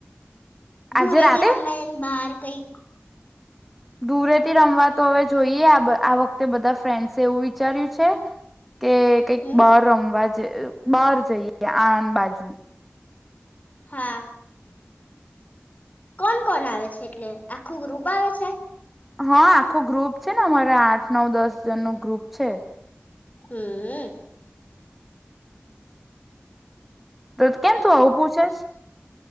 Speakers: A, in the centre; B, on the left (about 40°).
A: આજે
B: ધૂરેટી
A: રાતે
B: રમાયલ બાર એક
A: ઘૂળેટી રમવા તો હવે જોઈએ આ બ આ વખતે બધા ફ્રેન્ડસે એવું વિચાર્યું છે કે કઈક
B: હમ
A: બાર રમવા જ ઇએબહાર જઈએ આણંદ બાજુ તો
B: હા. કોણ કોણ આવે છે એટલે આખું ગ્રુપ આવે છે.
A: હા આખું ગ્રુપ છે ને અમારા આઠ નવ દસ જનનું ગ્રુપ છે.
B: હમ. <unintelligible>
A: તો કેમ તું આવું પૂછેશ.